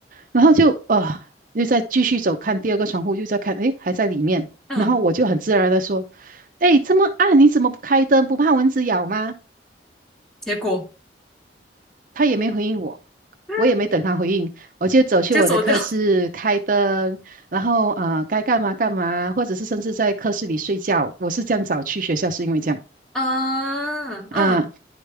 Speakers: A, on the right; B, in the centre.
A: 然后就呃又再继续走，看第二个窗户，又在看，诶，还在里面。
B: 嗯，
A: 然后我就很自然的说。哎，这么暗，你怎么不开灯？不怕蚊子咬吗？
B: 结果
A: 他也没回应我，
B: 嗯
A: 我也没等他回应，我就走去我的课室开灯，
B: 就走掉。
A: 然后呃，该干嘛干嘛，或者是甚至在课室里睡觉。我是这样早去学校，是因为这样。
B: 嗯嗯
A: 啊，